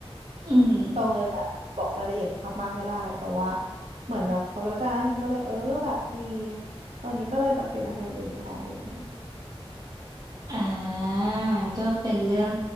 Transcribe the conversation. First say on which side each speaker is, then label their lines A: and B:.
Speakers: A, on the right; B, on the right.
A: อืม
B: ตองเลยแบบบอกรายละเอียดมากๆไม่ได้แต่ว่าเหมือนแบบเขาแล้วกันก็เลยเออแบบมีตอนนี้ก็เลยแบบเปลี่ยนมาทำอย่างอื่นแทนอะไรอย่างเงี้ย
A: อ่าก็เป็นเรื่อง